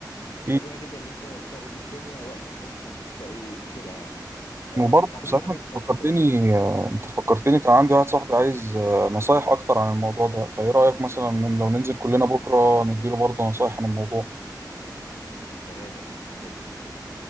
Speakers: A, on the left; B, on the right.
A: يعني طبيعي
B: في
A: جدا ان انت تلاقي ان الدنيا واقفه في وشك تلاقي كده يعني آه،
B: وبرضه
A: فاهم
B: صحيح
A: حاجه
B: انت
A: الصبر
B: فكرتني
A: برضو
B: آه، انت فكرتني كان عندي واحد صاحبي عايز آه، نصايح اكتر عن الموضوع ده فايه رأيك مثلا إن لو ننزل كلنا بكرة نديله برضه نصايح عن الموضوع
A: تمام مفيش مشكله يلا بينا